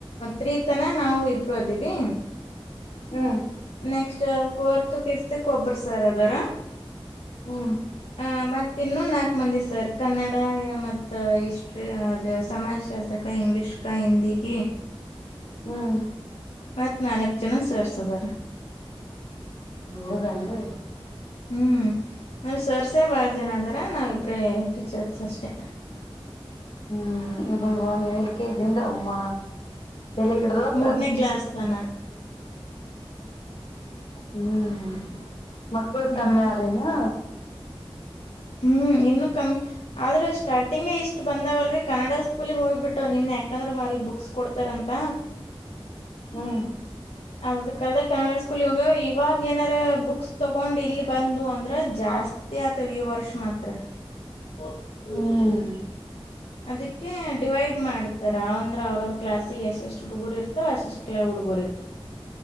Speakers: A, on the left; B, on the left.
A: three ತನ ನಾವು ಇಬ್ಬರು ಅದವಿ
B: ಹ್ಮ್
A: ನೆಕ್ಸ್ಟ್ ಫೋರ್ತ್ ಫಿಫತ್ ಕೊಬ್ಬ್ರ ಸರ್ ಅದಾರ
B: ಹ್ಮ್
A: ಆ ಮತ್ತ ಇನ್ನೂ ನಾಲ್ಕು ಮಂದಿ ಸರ್ ಕನ್ನಡ ಮತ್ತ ಇಷ್ಟ್ಟ್ರಿ ಅದು ಸಮಾಜಶಾಸ್ತ್ರಕ್ಕೆ ಇಂಗ್ಲೀಷ್ಗೆ ಹಿಂದಿಗ
B: ಹ್ಮ್
A: ಮತ್ ನಾಲ್ಕ್ ಜನ ಸೇರ್ಸದಾರ
B: ಹೌದನ್ರಿ
A: ಹ್ಮ್ ಅಂದ್ರೆ ಸರ್ಸೇ ಬಹಳ ಜನ ಅದಾರ ನಾವಿಬ್ರೇ ಟೀಚರ್ಸ್ ಅಷ್ಟೆ
B: ಹ್ಮ್ ಇವ ಒಂದ ಎಏಳ ಕೆೇ ಜಿಂತ ಅಮ್ಮ ಎಲ್ಲ ಇಡದಸ
A: ಮೂರನೇ ಕ್ಲಾಸ್ ತನ
B: ಹ್ಮ್ ಮಕ್ಕಳ
A: ಹ್ಮ್
B: ಕಮ್ಮಿ ಅರೆನಾ
A: ಹ್ಮ್ ಇನ್ನು ಕಮ್ಮಿ ಆದ್ರೆ ಸ್ಟಾರ್ಟಿಂಗ್ ಇಷ್ಟ್ ಬಂದಾವಲ್ರಿ ಕನ್ನಡ ಸ್ಕೂಲ್ಗೆ ಹೋಗ್ಬಿಟ್ಟವ ನಿನ್ ಯಾಕಂದ್ರ ಮಲ್ಲಿ ಬುಕ್ಸ್ ಕೊಡ್ತಾರಂತ
B: ಹ್ಮ್
A: ಅದ ಕದ ಕನ್ನಡ ಸ್ಕೂಲ್ ಹೋಗ್ಯ ಇವಾಗ ಏನಾರ ಬುಕ್ಸ್ ತಗೊಂಡ್ ಇಲ್ಲಿ ಬಂದು ಅಂದ್ರ ಜಾಸ್ತಿ ಆತವ ಈ ವರ್ಷ ಮಾತ್ರ
B: ಹ <unintelligible> ಹ್ಮ್
A: ಅದ <unintelligible> ಡಿವೈಡ್ ಮಾಡ್ತಾರೆ ರಾವ್ಂದ್ರ ಅವ್ರ ಕ್ಲಾಸಿಗೆ ಎಷ್ಟುಡುಗರು ಇತ ವಸಿಸಕಲ್ಲ ಡುಬೋರು